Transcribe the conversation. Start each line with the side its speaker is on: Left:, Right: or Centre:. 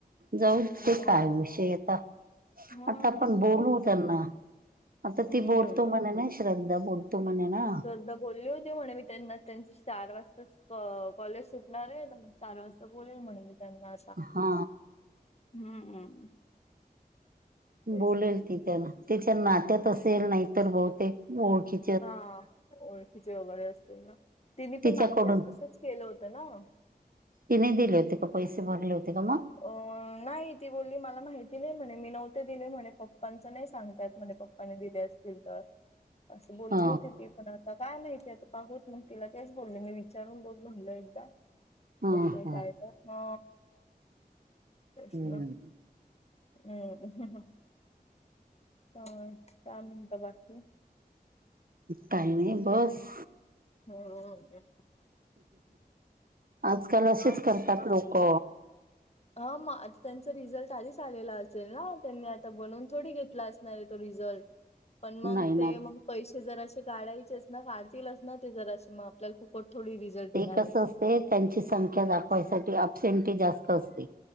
Right: जाऊ ते काय
Left: मग
Right: विषय आता,
Left: हा
Right: आता आपण
Left: मग
Right: बोलू
Left: काय
Right: त्यांना. आता
Left: हम्म
Right: ती बोलतो म्हणे ना श्रद्धा बोलतो म्हणे ना.
Left: श्रद्धा बोलली होती म्हणे मी त्यांना त्यांची चार वाजता कॉलेज सुटणार आहे. चार वाजता बोल म्हणली त्यांना
Right: हा.
Left: हम्म हम्म. तेच
Right: बोलेल
Left: ना
Right: ती त्यान त्यािच्या नात्यात असेल नाही तर बहुतेक ओळखी
Left: हा ओळखीचे वगैरे असतील ना, तिने पण
Right: तिच्याकडून
Left: मागच्या वेळेस तसच केलं होतं ना‌
Right: तिने दिले होते का पैसे भरले होते का मग
Left: अ नाही ती बोलली मला माहिती नाही म्हणे मी नव्हते दिले म्हणे पप्पांचं नाही सांगतात म्हणे पप् दिले असतील तर असे बोलली
Right: ह
Left: होती ती पण ता काय माहितीय आता पाहत मग तिला तेच बोलले मी विचारून बघ म्हणलं एकदा
Right: ह
Left: तस आहे
Right: ह
Left: काय हा. कृष्णा
Right: हम्म
Left: हम्म. ह चालेता बाकीकी
Right: काय नाही बस.
Left: <unintelligible>
Right: आजकाल असेच
Left: हा
Right: करतात लोक.
Left: हा मग आता त्यांचा रिझल्ट आधीच आलेला असेल ना त्यांनी आता बनवून थोडी घेतला अस रिझल्ट पण मग
Right: नाही ना
Left: ते मग पैसे जरा से काढायचेच ना काढतीलच ना ते जर असे मग आपल्याला फुकट थोडी रिझल्ट
Right: ते
Left: देणार
Right: कसं
Left: आहे
Right: असते त्यांची संख्या दाखवायसाठी अबसेंटी जास्त असते.